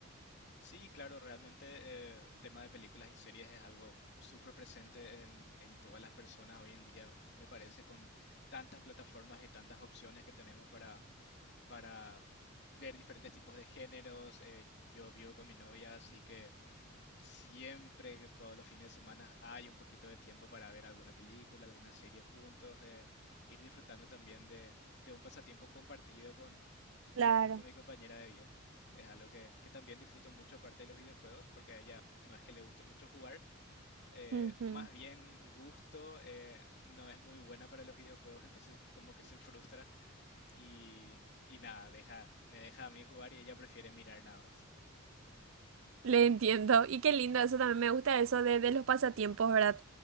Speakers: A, on the left (about 55°); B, on the right (about 70°).
A: Sí, claro, realmente eh, tema de películas y series es algo súper presente en, en todas las personas hoy en día, me parece, con tantas plataformas y tantas opciones que tenemos para, para ver diferentes tipos de géneros. eh, yo vivo con mi novia, así que siempre, que todos los fines de semana, hay un poquito de tiempo para ver alguna película, alguna serie juntos, eh, ir disfrutando también de, de un pasatiempo compartido
B: Claro.
A: con mi compañera de vida. Es algo que, que también disfruto mucho aparte de los videojuegos, porque a ella no es que le guste mucho jugar, eh,
B: Ujú.
A: más bien gusto, eh, no es muy buena para los videojuegos, entonces como que se frustra y, y nada, deja, me deja a mí jugar y ella prefiere mirar nada más.
B: Le entiendo. Y qué lindo, eso también me gusta eso de, de los pasatiempos, ¿verdad?